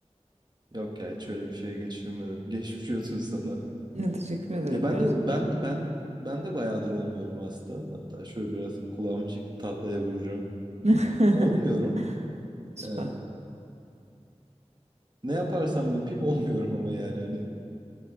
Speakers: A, on the right; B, on the right.
A: Yok ya hiç öyle bir şey geçirmedim. <laughs> Geçmiş olsun sana.
B: Ne teşekkür ederim
A: Ya ben
B: gerçekten.
A: de ben ben ben de bayağıdır olmuyorum hasta. Hatta şöyle biraz kulağımı çekip tahtaya vuracağım.
B: <laughs>
A: Olmuyorum.
B: Süper.
A: Ee, ne yaparsam yapayım olmuyorum ama yani hani